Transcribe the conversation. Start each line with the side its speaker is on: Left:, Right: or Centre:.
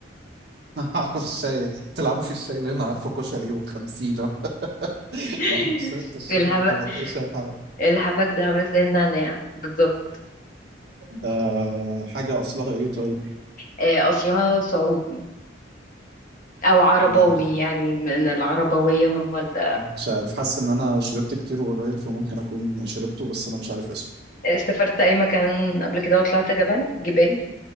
Right: <laughs> عارف الشاي تلعبوا في الشاي اللي انا عارفه كشري وخمسين <laughs>
Left: <laughs>
Right: لا شربت الشاي
Left: الحبك
Right: بالحبك ايه شاي الحبك
Left: الحبك ده عامل زي النعناع بالظبط
Right: ده حاجه اصلها ايه طيب
Left: آه، اصلها سعودي او عرباوي
Right: ما
Left: يعني من العربوية هم ال...
Right: مش عارف حاسس ان انا شربت كتير وقليل فممكن اكون شربته بس انا مش عارف اسمه
Left: آه، سافرت اي مكان قبل كده وطلعت جبل جبال